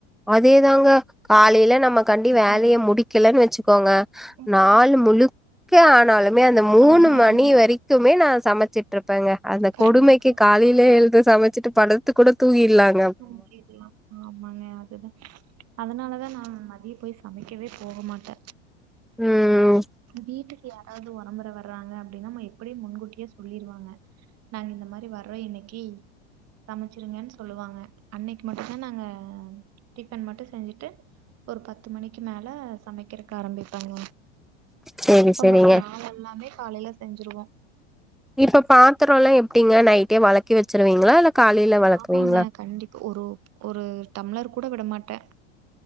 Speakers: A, in the centre; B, on the right.
A: அதேதாங்க காலைல நம்ம கண்டி வேலய
B: ம்
A: முடிக்கலன் வெச்சுக் கோங்க
B: ம்
A: நாலு முழுக்க ஆனாலும் மே அந்த மூனு
B: ஆமாங்க
A: மணி வரைக்குமே நா சமச்சிட்ருப்பேங்க அந்தக்
B: கண்டிப்பா
A: கொடுமைக்கி காலைலே
B: ம்
A: எழுந்து சமச் சிட்டுப் படுத்து கூடத் தூங்கில்லான்
B: தூங்கிர்லா ஆமாங்க அதுதா அதனாலதா நா மதியோ போய் சமைக்கவே போமாட்டே
A: ம் ம்
B: வீட்டுக்கு யாராவுது ஒரம்பர வறாங்க அப்டினா நம்ம எப்புடியே முன்கூட்டியே சொல்லிருவாங்க நாங்க இந்த மாரி வர்றோ இன்னைக்கி சமச்சிருங்கன் சொல்லுவாங்க அன்னைக்கு மட்டுந்தா நாங்க டிஃபன் மட்டு செஞ்சிட்டு ஒரு பத்து மணிக்கி மேல சமைக்கிறக்கு ஆரம்பிப்பங்க
A: சரி
B: அப்ப
A: சரிங்க.
B: மத்த நாள் எல்லாமே காலைல செஞ்சிருவோ
A: இப்பப் பாத்தரோல்லா எப்டிங்க நைட்டே வளக்கி வெச்சிருவீங்ளா இல்ல காலையில வெளக்குவீங்களா?
B: ஆமாங்க கண்டிப்ப ஒரு ஒரு டம்ளர் கூட விட மாட்டே